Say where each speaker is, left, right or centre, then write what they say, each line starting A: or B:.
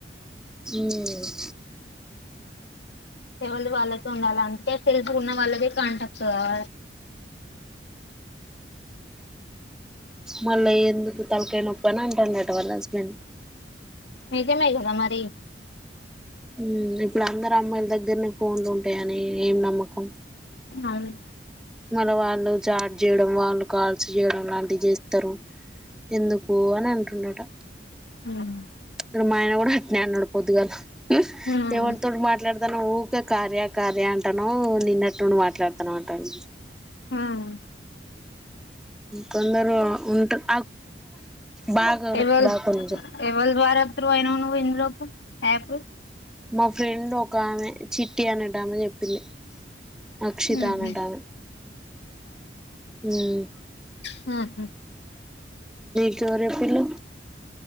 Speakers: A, in the centre; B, on the left (about 80°).
A: మ్మ్
B: ఏవల్ది వాళ్ళతో ఉండాలి అంటే ఫేస్ ఉన్న వాళ్ళకే కాంటక్ట్ కావ
A: మళ్ళీ ఎందుకు తలకాయ్ నొప్పి అని అంటున్నట వాళ్ళ హస్బెండ్
B: నిజమే కద మరి
A: మ్మ్ ఇప్పుడు అందరు అమ్మాయిల దగ్గరనే ఫోన్లు ఉంటాయని ఏం నమ్మకం
B: అవును
A: మళ్ళ వాళ్ళు చాట్ చేయడం వాళ్ళు కాల్స్ చేయడం లాంటివి చేస్తారు ఎందుకు అని అంటున్నట
B: మ్మ్
A: ఇడు మా ఆయన కూడా అట్నే అన్నాడిపోద్దు కల
B: మ్మ్
A: దేవరితో మాట్లాడతాను ఊకే కార్య కార్య అంటాను నిన్నట్టుండి మాట్లాడుతాను అంటాను
B: మ్మ్
A: కొందరు ఉంటారు బాగాని
B: ఎవల్
A: బాగు నిజ
B: ఎవల్ ద్వారా త్రూ అయ్యినావ్ నువ్వు ఇందులోకు యాపు
A: మా ఫ్రెండ్ ఒక ఆమె చిట్టి అనేటామే చెప్పింది అక్షితనేతమే
B: ఉహు
A: మ్మ్
B: హ్మ్ హు
A: ఎవరు చెప్పిళ్ళు